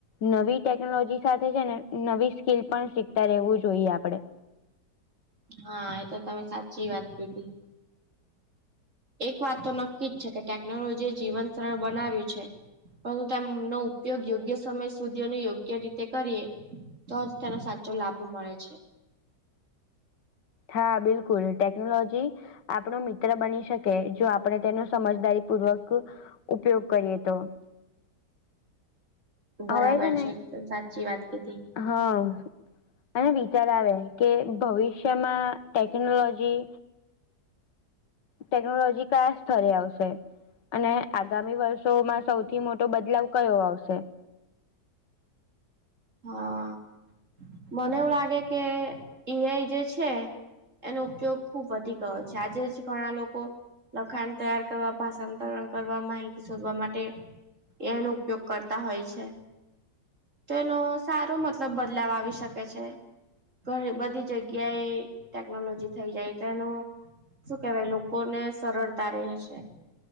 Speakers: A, on the left; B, on the right.
A: નવી ટેકનોલોજી, સાથે છે, ને નવી સ્કીલ પણ શીખતા રહેવું જોઈએ, આપડે
B: હા એ તો તમે સાચી વાત કીધી. એક વાત તો નક્કી જ છે, કે ટેકનોલોજી એ જીવન સરળ બનાવ્યું છે. પરંતુ તેમનો ઉપયોગ યોગ્ય સમય સુધી અને યોગ્ય રીતે કરીએ. તો જ તેનો સાચો લાભો મળે છે.
A: હા, બિલકુલ ટેકનોલોજી. આપણો મિત્ર બની શકે જો આપણે તેનો સમજદારી પૂર્વક ઉપયોગ કરીએ તો,
B: બરાબર
A: હવે ને
B: છે, એકદમ સાચી વાત કીધી.
A: હા, અને વિચાર આવે કે ભવિષ્યમાં ટેકનોલોજી, ટેકનોલોજી કયા સ્થરે આવશે અને આગામી વર્ષ શોમાં સૌથી મોટો બદલાવ કયો આવશે,
B: હા મને એવું લાગે કે ઈઆ જે છે, એનો ઉપયોગ ખૂબ વધી ગયો છે, આજે જ ઘણા લોકો લખાણ તૈયાર કરવા ભાષાંતરણ કરવા માહિતી શોધવા માટે. એનો ઉપયોગ કરતા હોય છે, ન સારો મતલબ બદલાવ આવી શકે છે, ઘણી બધી જગ્યાએ ટેકનોલોજી થઈ જાય તો એનું શું કેવાય લોકોને સરળતા રહે છે